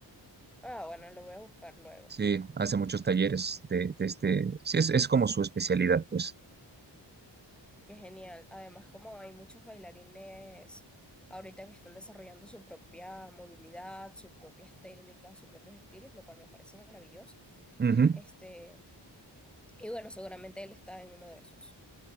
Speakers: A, in the centre; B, on the right.
A: Ah, bueno, lo voy a buscar luego.
B: Sí, hace muchos talleres de, de este. Sí, es, es como su especialidad, pues.
A: Qué genial. Además, como hay muchos bailarines ahorita que están desarrollando su propia movilidad, sus propias técnicas, sus propios estilos, lo cual me parece maravilloso.
B: Ujú.
A: Este, y bueno, seguramente él está en uno de esos.